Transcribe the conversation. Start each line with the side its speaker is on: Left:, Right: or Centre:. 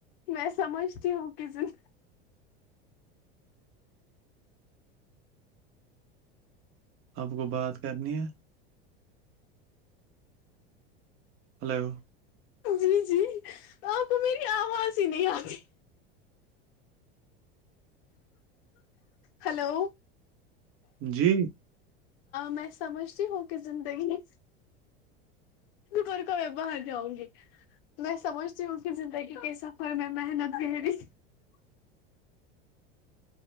Left: میں سمجھتی ہوں کزن
Right: آپ کو بات کرنی ہے ہلو
Left: جی جی آپ میری آواز ہی نہیں آتی ہلو
Right: جی
Left: میں سمجھتی ہوں کہ زندگیک کو میں باہر جاؤں گی میں سمجھتی ہوں کہ زندگی کے سفر میں محنت کر رہی